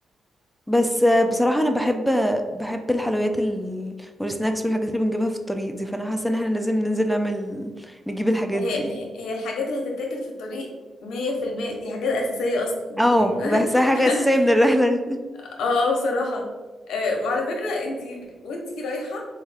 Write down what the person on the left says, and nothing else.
هي
هي الحاجات اللي هتتاكل في الطريق مية في المية دي حاجات أساسية أصلا
يعني بقى-
<laughs>
اه بصراحة آه وعلى فكرة انتي وانتي رايحة